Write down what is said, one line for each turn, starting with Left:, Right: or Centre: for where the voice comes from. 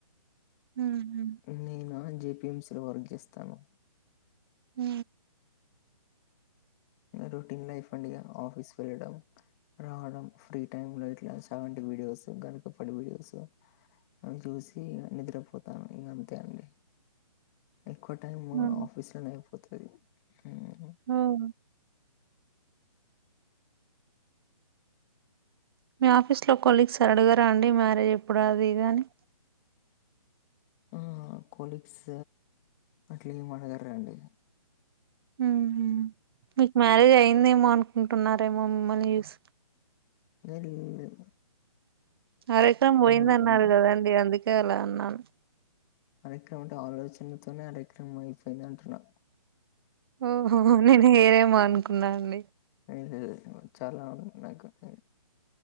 Right: హుహు.
Left: నేనా జెపిఎంసి వర్క్ ఇస్తాను.
Right: ఉ
Left: రొటీన్ లైఫ్ అండి ఇగ ఆఫీస్ ప్రీడమ్ రావడం ఫ్రీ టైమ్ లో ఇట్లా చాగంటి వీడియోస్, గరికపాటి వీడియోస్ అవి చూసి నిద్రపోతాను ఇంగ అంతే అండి. ఎక్కువ టైమ్
Right: హ్మ్.
Left: ఆఫీస్లోనే వత్తది ఆహ
Right: ఓహ్! మీ ఆఫీస్లో కొలీగ్స్ అడగరాండి మ్యారేజ్ ఎప్పుడు అది ఇదని
Left: ఆహహ కోలీగ్స్ అట్లా ఏం అడగరండి.
Right: ఉహు మీకు మ్యారేజ్ అయి నేమో అనుకుంటున్నారమ్ మొమ్మనీష్
Left: ఏం లేదు
Right: అరక పోయింద
Left: ఉంటాను
Right: అన్నారు
Left: నేను.
Right: కదాండి అందుకే అలా అన్నాను.
Left: అర్యక్రమ అంటే ఆలోచనలతోనే అర్యక్రమం అయిపోయింది అంటున్నా.
Right: ఓహో నేను హెయిర్ ఏ అనుకున్నాండి
Left: లేదు, లేదు, చాలా ఉంది నాకు హెయిర్